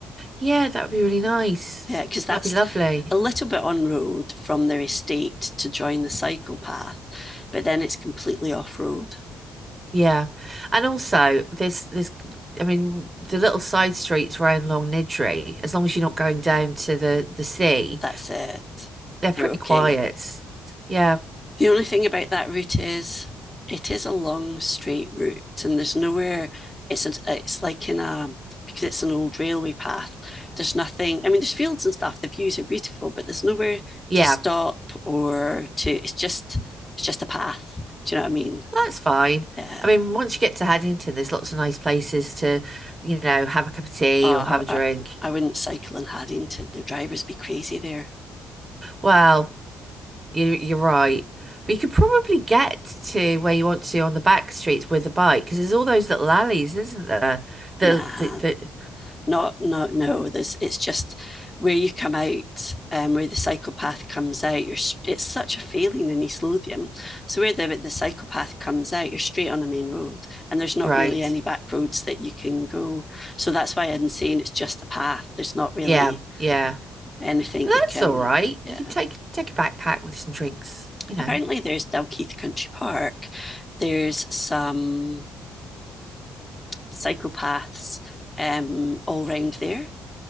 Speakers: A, on the right; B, on the left.
A: yeah, that would be really nice.
B: Yeah, because that's
A: That'd be lovely.
B: a little bit on road from their estate to join the cycle path, but then it's completely off road.
A: Yeah. And also this this I mean the little side streets around Long Nidri, as long as you're not going down to the the sea,
B: That's it.
A: they're
B: They're
A: pretty
B: okay.
A: quiet. Yeah.
B: The only thing about that route is it is a long straight route and there's nowhere it's it's like in a because it's an old railway path there's nothing i mean there's fields and stuff the views are beautiful but there's nowhere
A: Yeah.
B: to stop or to it's just it's just a path do you know what i mean
A: That's fine.
B: yeah
A: I mean, once you get to Haddington, there's lots of nice places to, you know, have a cup of tea
B: uh,
A: or have a drink.
B: I, I, I wouldn't cycle in haddington the drivers be crazy there
A: Well, you you're right. But you could probably get to where you want to on the back streets with a bike because there's all those little alleys, isn't there? The
B: nah
A: the the
B: not no no there's it's just where you come out um, where the psychopath comes out you're it's such a feeling in east lothian so where the, the psychopath comes out you're straight on a main road and there's not
A: right.
B: really any back roads that you can go so that's why i'm saying it's just a path there's not really
A: Yeah. Yeah.
B: anything
A: But
B: you
A: that's
B: can
A: all right.
B: yeah
A: You can take take a backpack with some drinks, you know.
B: apparently there's dalkeith country park there's some psychopaths um, all round there